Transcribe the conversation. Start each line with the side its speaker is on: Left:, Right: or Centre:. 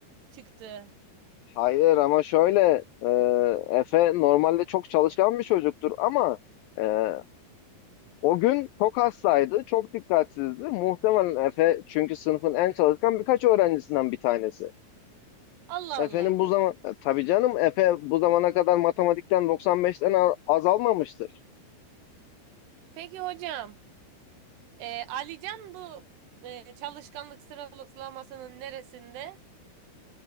Right: çıktı?
Left: Hayır ama şöyle e, Efe normalde çok çalışkan bir çocuktur ama e, o gün çok hastaydı, çok dikkatsizdi. Muhtemelen Efe çünkü sınıfın en çalışkan birkaç öğrencisinden bir tanesi.
Right: Allah
Left: Efe'nin
Right: Allah.
Left: bu zaman e, tabii canım Efe bu zamana kadar matematikten 95'ten a- az almamıştır.
Right: Peki hocam. Ee, Alican bu e, çalışkanlık sıralamasının neresinde?